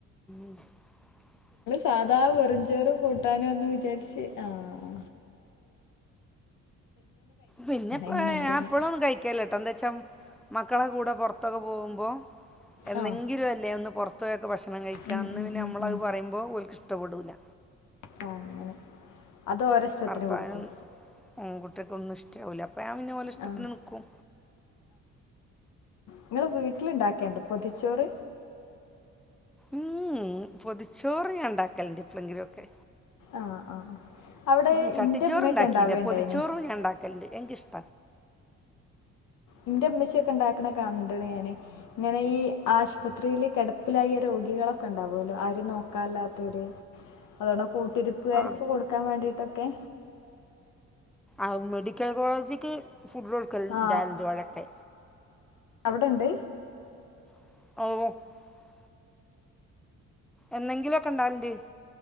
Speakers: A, in the centre; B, on the left.
A: ഉ <inaudible>
B: സാധാ വെറുംചോറും കൂട്ടാനും ആന് വിചാരിച്ച് ആഹ
A: പിന്നെ പ്പ
B: എങ്ങനെയുണ്ടെന്ന്
A: ഞാൻ എപ്പളും ഒന്നും കഴിക്കല്ല കേട്ടോ എന്താ വെച്ചാ- മക്കളെ കൂടെ പൊറത്തൊക്കെ പോകുമ്പോ എന്നെങ്കിലും
B: ആ
A: അല്ലേ ഒന്ന് പൊറത്ത് പോയിയൊക്കെ ഭക്ഷണം കഴിക്ക
B: ഉം
A: അന്ന്
B: ഉം
A: പിന്നെ
B: ഉം
A: നമ്മളത്
B: ഉം
A: പറയുമ്പോ ഓല്ക് ഇഷ്ട്ടപ്പെടൂല
B: ആ അങ്ങനെ അത് ഓരോ ഇഷ്ടത്തിന്
A: ഭർത്താവിനും
B: കൊടുക്കും
A: ഉം കുട്ടികക്കോന്നും ഇഷ് യൂല അപ്പൊ ഞാൻ പിന്നെ ഓലെ ഇഷ്ടത്തിന്
B: ആ
A: നിക്കും
B: നിങ്ങള് വീട്ടിലുണ്ടാക്കാണ്ട് പൊതിച്ചോറ്
A: ഉം പൊതിച്ചോർ ഞാൻ ഇണ്ടാക്കലണ്ട് എപ്പലെങ്കിലും ഒക്കെ
B: ആ ആ അവിടെ
A: ഉം ചട്ടിച്ചോറ്
B: എൻ്റെ ഉമ്മയൊക്കെ
A: ഉണ്ടാക്കിയില്ല
B: ഉണ്ടാവേണ്ടേനി
A: പൊതിച്ചോറു ഞാൻ ഉണ്ടാക്കലുണ്ട് എനിക്ക് ഇഷ്‌ -
B: ഇന്റെ ഉമ്മച്ചയൊക്കെ ഉണ്ടാക്കണ കാണനുണ്ട് ഞാന് ഇങ്ങനെ ഈ ആശുപത്രില് കെട- കെടപ്പിലായ രോഗികളൊക്കെ ഉണ്ടാവല്ലോ ആരും നോക്കാനി ല്ലാത്തവര് അതോണം - കൂട്ടിരിപ്പുകാർക്ക്‌
A: ആ
B: ഒക്കെ കൊടുക്കാൻ വേണ്ടിട്ടൊക്കെ
A: ആ മെഡിക്കൽ കോളേജിക്ക് ഫുഡ്‌ കൊടുക്കൽ
B: ആ
A: ഇണ്ടായിരുന്നു ഇത്‌ പോലെ ഒക്കെ
B: അവിടെ ഒണ്ട്
A: <unintelligible> എന്നെങ്കിലും ഒക്കെ ഇണ്ടാലിണ്ട്